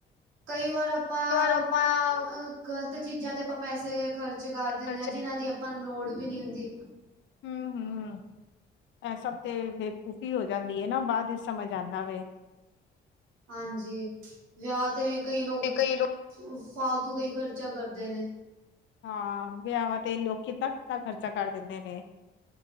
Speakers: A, on the right; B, on the left.
A: ਕਈ ਵਾਰ ਆਪਾਂ ਆ,
B: ਆਪਾਂ
A: ਗ਼ਲਤ ਚੀਜ਼ਾਂ ਤੇ ਆਪਾਂ ਪੈਸੇ ਖਰਚ ਖਰਚ ਕਰ ਦਿੰਦੇ
B: ਖਰਚਿਆਂ
A: ਆਂ, ਜਿਨ੍ਹਾਂ ਦੀ ਆਪਾਂ ਨੂੰ ਲੋੜ ਵੀ ਨੀ ਹੁੰਦੀ।
B: ਹੂੰ -ਹੂੰ-ਹੂੰ ਏ ਸਭ ਤੇ ਬੇਵਕੂਫੀ ਹੋ ਜਾਂਦੀ ਐ ਨਾ। ਬਾਦ ਵਿੱਚ ਸਮਝ ਆਦਾਂ ਵੇ
A: ਹਾਂਜੀ, ਵਿਆਹ ਤੇ ਵੀ ਕਈ ਲੋਗ
B: ਤੇ
A: ਫ
B: ਕਈ ਲੋਕ
A: ਫਾਲਤੂ ਦਾ ਈ ਖਰਚਾ ਕਰਦੇ ਨੇ।
B: ਹਾਂ, ਵਿਆਵਾਂ ਤੇ ਲੋਕੀ ਕਿੱਦਾਂ-ਕਿੱਦਾ ਖਰਚਾ ਕਰ ਦਿੰਦੇ ਨੇ।